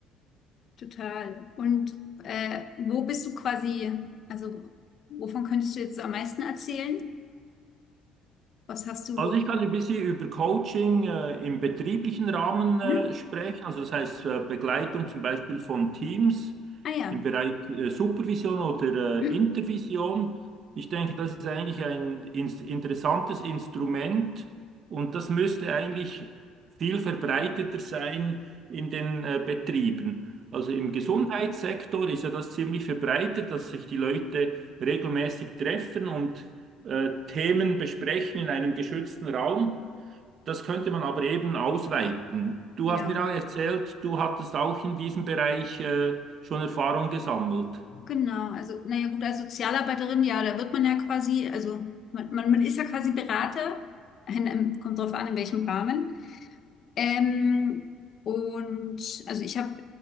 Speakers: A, on the left (about 50°); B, on the right (about 55°).
A: total. Und äh, wo bist du quasi, also wovon könntest du jetzt so am meisten erzählen? Was hast du?
B: Also ich kann ein bisschen über Coaching äh, im betrieblichen Rahmen äh,
A: Hm?
B: sprechen, also das heißt äh, Begleitung zum Beispiel von Teams
A: Ah ja.
B: im Bereich äh, Supervision oder
A: Hm,
B: äh, Intervision. Ich denke, das ist eigentlich ein ins- interessantes Instrument und das müsste eigentlich viel verbreiteter sein in den äh, Betrieben. Also im Gesundheitssektor ist ja das ziemlich verbreitet, dass sich die Leute regelmäßig treffen und äh, Themen besprechen in einem geschützten Raum. Das könnte man aber eben ausweiten. Du
A: Ja,
B: hast mir auch erzählt, du hattest auch in diesem Bereich äh, schon Erfahrung gesammelt.
A: genau. Also, naja, gut, als Sozialarbeiterin, ja, da wird man ja quasi, also man, man, man ist ja quasi Berater, in, einem- kommt drauf an, in welchem Rahmen. Ähm, und also ich habe